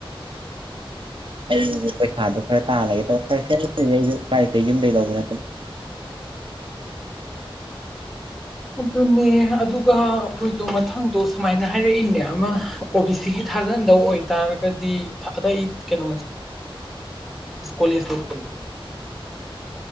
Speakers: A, on the right; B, in the centre.
A: ꯑꯩꯁ ꯄꯩꯁꯥꯗꯣ ꯈꯔ ꯇꯥꯜꯂꯒꯦ ꯇꯧꯕ ꯈꯔꯗꯤ ꯑꯩꯁꯨ ꯀꯔꯤ ꯀꯩ ꯌꯨꯝꯗꯩ ꯂꯧꯕ ꯅꯠꯇꯅ <inaudible>
B: ꯑꯗꯨꯅꯦ ꯑꯗꯨꯒ ꯑꯩꯈꯣꯏꯗꯣ ꯃꯊꯪꯗꯣ ꯁꯨꯃꯥꯏꯅ ꯍꯥꯏꯔꯛꯏꯅꯦ ꯑꯃ ꯑꯣ ꯕꯤ ꯁꯤꯒꯤ ꯊꯥꯖꯟꯗꯧ ꯑꯣꯏꯇꯥꯔꯒꯗꯤ ꯑꯇꯩ ꯀꯩꯅꯣ ꯀꯣ ꯂꯦꯖ ꯀꯩ ꯀꯩ